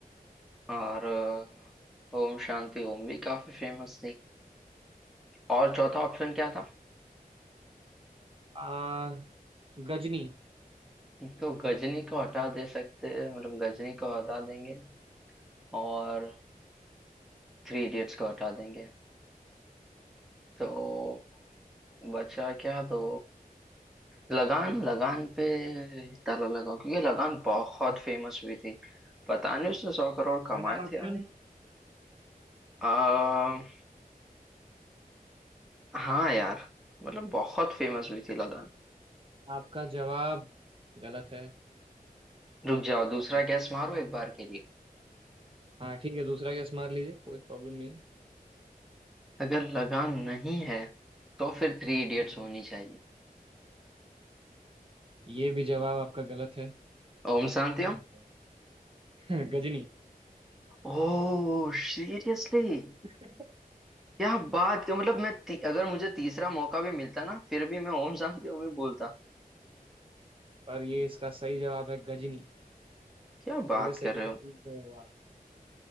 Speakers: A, in the centre; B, on the right.
A: और अ, ओम शांति ओम भी काफी फेमस थी और चौथा ऑप्शन क्या था
B: आ, गजनी
A: तो गजनी को हटा दे सकते हैं मतलब गजनी को हटा देंगे और थ्री इडियट्स को हटा देंगे तो बचा क्या तो लगान लगान पे ताला लगाओ क्योंकि लगान बहुत फेमस हुई थी पता नहीं उसने सौ करोड़ कमाए
B: Final option
A: थे या नहीं आ, हाँ यार मतलब बहुत फेमस हुई थी लगान
B: आपका जवाब गलत है
A: रुक जाओ दूसरा
B: अनफॉर्चुनेट
A: गैस मारो एक बार के लिए
B: हाँ ठीक है दूसरा गैस मार लीजिए कोई प्रॉब्लम नहीं
A: अगर लगान नहीं है तो फिर थ्री इडियट्स
B: है।
A: होनी चाहिए
B: ये भी जवाब आपका गलत है
A: ओम शांति
B: I'm
A: ओम
B: sorry। <laughs> गजनी
A: ओह सीरियसली
B: <laughs>
A: क्या बात क्या मतलब मैं ती, अगर मुझे तीसरा मौका भी मिलता ना फिर भी मैं ओम शांति ओम ही बोलता
B: पर ये इसका सही जवाब है गजनी
A: क्या बात
B: थोड़े से
A: कर
B: के
A: रहे
B: लिए
A: हो
B: चूक गए हो आप